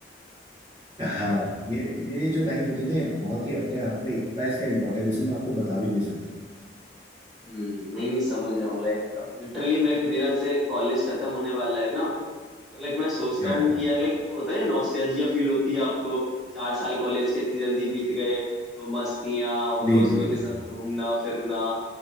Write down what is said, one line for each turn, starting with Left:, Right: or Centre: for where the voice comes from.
Right: हाँ ये ये जो लाइफ होती है ना ये बहुत ही अपने आप में इतना इसका इम्पोर्टेंस है मैं आपको बता भी नहीं सकता
Centre: हम्म नहीं नहीं समझ रहा हूँ लाइक अब लिटरली मेरे मेरा से कॉलेज खत्म होने वाला है ना तो लाइक मैं सोचता
Right: हाँ
Centre: हूँ कि यार लाइक वो होता है नॉस्टैल्जिया फील होती है आपको चार साल कॉलेज के इतनी जल्दी बीत गए वो मस्तियाँ वो
Right: बीत
Centre: दोस्तों
Right: गए
Centre: के साथ घूमना फिरना